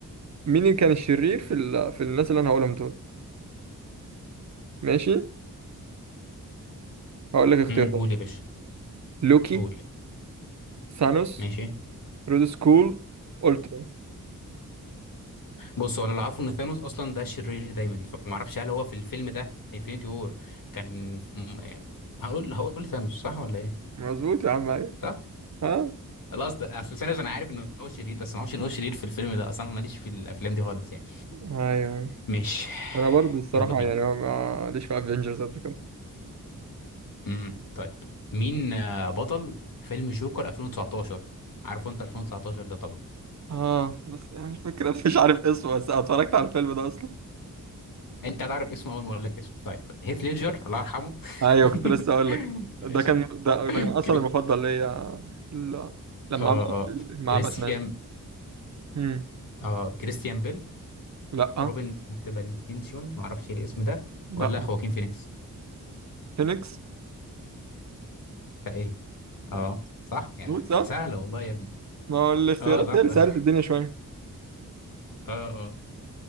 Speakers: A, on the right; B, on the left.
A: مين اللي كان الشرير في ال... في الناس اللي انا هقولهم دول ماشي هقول لك اختيارات
B: مم. قول يا باشا
A: لوكي
B: قول
A: ثانوس
B: ماشي
A: رود سكول اولترا
B: بص هو انا اللي اعرفه ان ثانوس اصلا ده شرير دايما فما اعرفش هل هو في الفيلم ده انفينيتي وور كان م- هقول هقول ثانوس صح ولا ايه
A: مظبوط يا عم ايوه
B: صح
A: ها
B: لا اصل اصل ثانوس انا عارف ان هو شرير بس ما اعرفش ان هو شرير في الفيلم ده اصلا ماليش في الافلام دي خالص يعني
A: ايوه أيوة.
B: ماشي
A: انا برضه الصراحه
B: يلا بينا
A: يعني ما ما- ليش في افنجرز قد كده
B: امم طيب مين آه، بطل فيلم جوكر 2019 عارفه انت 2019 ده طبعا
A: اه بس يعني الفكرة <laughs> مش عارف اسمه بس أنا اتفرجت على الفيلم ده اصلا
B: انت هتعرف اسمه اول ما اقول لك اسمه طيب هيث ليدجر الله يرحمه
A: ايوه كنت لسه اقول
B: <laughs>
A: لك ده
B: ماشي
A: كان ده, ده كان اصلا
B: كري...
A: المفضل ليا ال- لما
B: اه
A: عمل
B: اه
A: مع
B: كريستيان
A: باتمان امم
B: اه كريستيان بيل
A: لا
B: روبن تبنتينسيون ما اعرفش الاسم ده
A: لا
B: ولا خواكين فينيكس
A: فينيكس
B: فايه اه صح يا
A: بوتس اه
B: سهله والله يا ابني
A: ما هو الاختيارات
B: اه صح
A: هي اللي
B: صح
A: سهلت الدنيا شويه
B: اه اه